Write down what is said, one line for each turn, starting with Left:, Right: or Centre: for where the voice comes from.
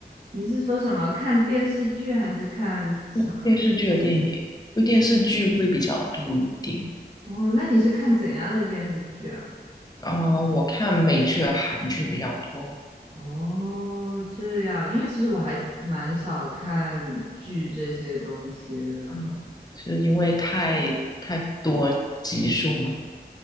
Right: 你是说什么？看电视剧还是看什么？
Left: 嗯电视剧的电影，因为电视剧会比较多一点。
Right: 哦，那你是看怎样的电视剧啊？
Left: 呃，我看美剧和韩剧比较多，
Right: 哦，这样，因为其实我还蛮少看剧这些东西的。
Left: 嗯，是因为太太多集数嘛。